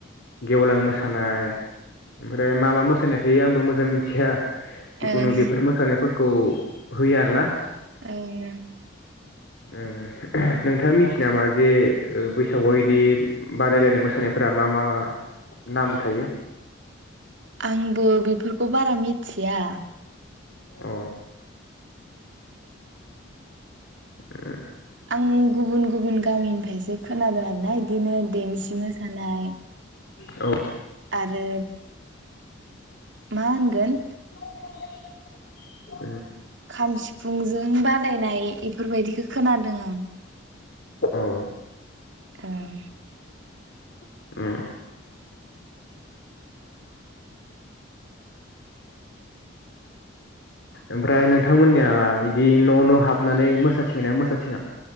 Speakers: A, on the left; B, on the right.
A: गेवलां मोसानाय ओमफ्राय मा मा मोसानाय थायो आंबो मोजां मिथिया जिखुनु
B: ओं
A: बेफोर मोसानायफोरख खौ होयो आरोना।
B: ओं
A: ओं नोंथाङा मिथियो नामा जे ओ बैसागुआ इदि बादायलायनाय मोसानायफोरा मा मा नाम थायो।
B: आंबो बेफोरखौ बारा मिथिया
A: अ उ
B: आं गुबुन गुब बुन गामिनिफायसो खोनादों आरोना बि बिदिनो देमसि मोसानाय
A: औ
B: आरो मा होनगोन
A: <inaudible>
B: खाम सिफुंजों बादायनाय एफोरबायदिखो खोनादों आं
A: औ
B: ओं
A: ओमफ्राय ओमफ्राय नोंथांमोननिया इदि न' न' हाबनानै मोसाथिंङो ना मोसाथिङा?